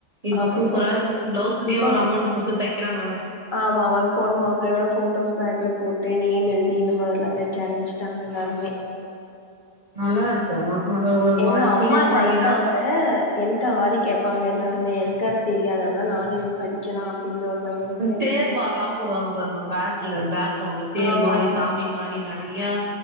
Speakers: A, on the right; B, on the left.
A: இப்ப
B: ஆமா
A: சூப்பரா
B: இப்போ
A: இருக்கு பிளவுஸுக்கே
B: இப்ப
A: ஒரு அமௌண்ட் குடுத்து தைக்கிறாங்க வேற
B: ஆமா ஆமா இப்ப ஒண்ணு மாப்பிள்ளையோட போட்டோஸ் பேக்ல போட்டு நேம் எழுதி இந்த மாரெல்லா தக்க ஆரம்ச்ட்டாங்க எல்லாருமே
A: நல்லாருக்கு ஆனா அது ஒரு
B: எங்க
A: மாரி
B: அம்மா
A: தேர் மாரிலா
B: தைப்பாங்க என்ட்ட ஆரி கேப்பாங்க எல்லாருமே எனக்கது தெரியாத அத தா நானு இன்னு படிக்கலா அப்படிங்கிற ஒரு மைண்ட் செட்ல இருக்கிறே
A: தேர் மாரெல்லா போடுவாங்க பாருங்க பேக் க்ல பேக் கரவுன்ல தேர்
B: ஆமா
A: மாரி
B: ஆமா
A: சாமி மாரி நெறையா